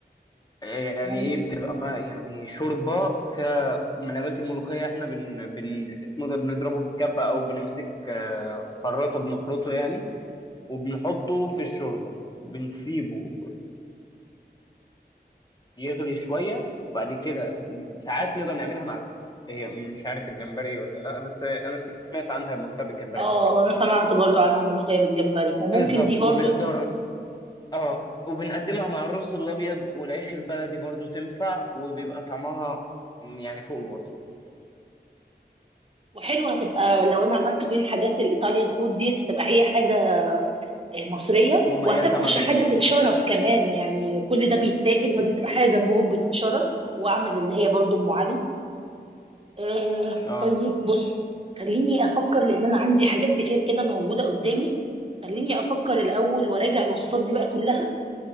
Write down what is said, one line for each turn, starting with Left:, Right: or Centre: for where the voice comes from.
Left: يعني
Right: ممكن
Left: إيه بتبقى ما يعني شوربة فيها من نبات الملوخية إحنا بن, بن اسمه ده بنضربه في الكبة أو بنمسك آه، خراطة بنخرطه يعني وبنحطه في الشوربة وبنسيبه يغلي شوية بعد كده ساعات نقدر نعملها مع هي مش عارف الجمبري ولا لا بس أنا سمعت عنها ملوخية بالجمبري
Right: آه
Left: قبل كده
Right: أنا سمعت برضو عنها ملوخية بالجمبري وممكن
Left: بالظبط
Right: دي برضو
Left: ونقدر اه وبنقدمها مع الرز الابيض والعيش البلدي برضو تنفع وبيبقى طعمها م- يعني فوق الوصف
Right: وحلوة هتبقى لو أنا عملت كل الحاجات الإيطاليان فود دي هتبقى هي حاجة مصريه
Left: مميزة
Right: وهتبقى
Left: ما
Right: ش-
Left: بينهم
Right: حاجه تتشرب كمان يعني كل ده بيتاكل
Left: م.
Right: فدي تبقى حاجه جنبهم بتتشرب واعمل اللي هي برضو ام علي آه
Left: اه
Right: طيب بص خليني افكر لان انا عندي حاجات كتير كده موجوده قدامي خليني افكر الاول وراجع الوصفات دي بقى كلها